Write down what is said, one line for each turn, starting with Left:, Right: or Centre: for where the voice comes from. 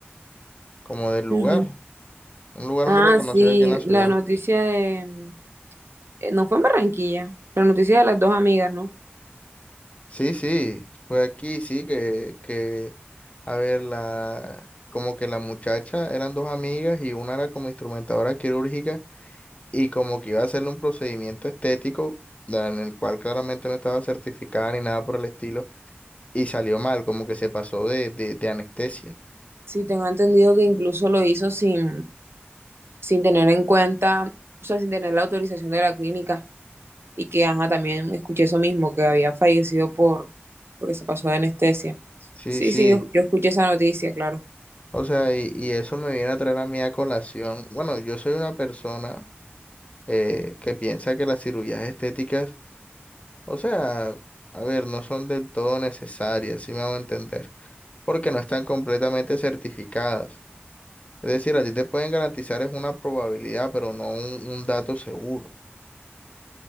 Left: como del lugar,
Right: Ujú.
Left: un lugar
Right: Ah,
Left: muy reconocido
Right: sí,
Left: aquí en la ciudad.
Right: la noticia de... mm, eh, No fue en Barranquilla, la noticia de las dos amigas, ¿no?
Left: Sí, sí, fue aquí, sí, que, que, a ver, la, como que la muchacha eran dos amigas y una era como instrumentadora quirúrgica y como que iba a hacerle un procedimiento estético la- en el cual claramente no estaba certificada ni nada por el estilo y salió mal, como que se pasó de, de, de anestesia.
Right: Sí, tengo entendido que incluso lo hizo sin, sin tener en cuenta, o sea, sin tener la autorización de la clínica y que, ajá, también escuché eso mismo, que había fallecido por, porque se pasó de anestesia.
Left: Sí,
Right: Sí,
Left: sí,
Right: sí, yo, yo escuché esa noticia, claro.
Left: o sea, y, y eso me viene a traer a mí a colación. Bueno, yo soy una persona eh, que piensa que las cirugías estéticas O sea, a ver, no son del todo necesarias, si me hago entender, porque no están completamente certificadas. Es decir, a ti te pueden garantizar es una probabilidad, pero no un, un dato seguro.